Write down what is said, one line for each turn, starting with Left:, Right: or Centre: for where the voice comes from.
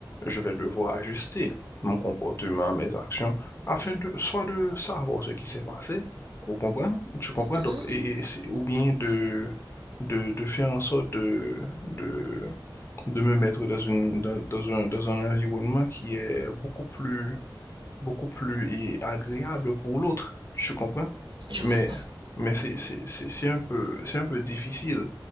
Left: je vais devoir ajuster mon comportement, mes actions, afin de soit de savoir ce qui s'est passé, vous comprenez? Tu comprends?
Right: mhm,
Left: Donc, et, et c'est- ou bien de, de, de faire en sorte de, de, de me mettre dans une, dans, dans un, dans un environnement qui est beaucoup plus beaucoup plus et agréable pour l'autre, tu comprends?
Right: je
Left: Mais,
Right: comprends.
Left: mais c'est c'est- c'est- c'est un peu, c'est un peu difficile